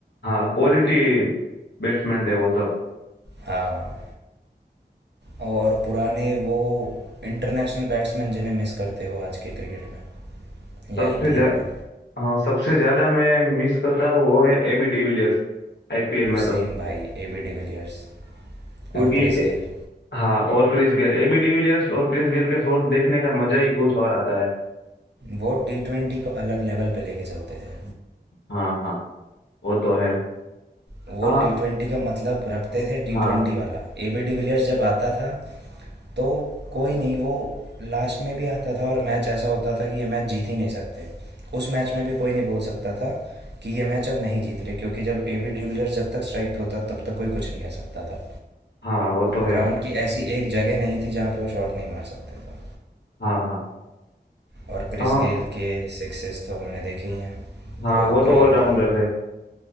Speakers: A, on the left; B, on the right.
A: हाँ क्वालिटी बैट्समैन थे वो सब
B: हाँ और पुराने वो इंटरनेशनल बैट्समैन जिन्हें मिस करते हो आज के क्रिकेट में
A: सबसे
B: या ईपीएल
A: जा,
B: में
A: हाँ सबसे ज्यादा मैं मिस करता हूँ वो है एबी डिविलियर्स आईपीएल में
B: सेम
A: तो
B: भाई ए बी डिविलियर्स
A: क्योंकि
B: और क्रिस गेल
A: हाँ और क्रिस गेल एबी डिविलियर्स और क्रिस गेल के शॉट देखने का मजा ही कुछ और आता है
B: वो टी ट्वेंटी को अलग लेवल पे लेके चलते थे
A: हाँ हाँ वो तो है
B: वो
A: हाँ
B: टी ट्वेंटी का मतलब रखते थे टी
A: हाँ
B: ट्वेंटी वाला ए बी डिविलियर्स जब आता था तो कोई नहीं वो लास्ट में भी आता था और मैच ऐसा होता था कि ये मैच जीत ही नहीं सकते उस मैच में भी कोई नहीं बोल सकता था कि ये मैच अब नहीं जीत रहे क्योंकि जब ए बी डिविलियर्स जब तक स्ट्राइक पे होता तब तक कोई कुछ नहीं कह सकता था
A: हाँ वो तो है
B: ग्राउंड की ऐसी एक जगह नहीं थी जहाँ पे वो शॉट नहीं मार सकते थे
A: हाँ हाँ
B: और क्रिस
A: हाँ
B: गेल के सिक्सेस तो हमने देखे ही हैं
A: हाँ
B: वो
A: वो तो
B: ग्राउंड
A: ऑलराउंडर
B: पार
A: है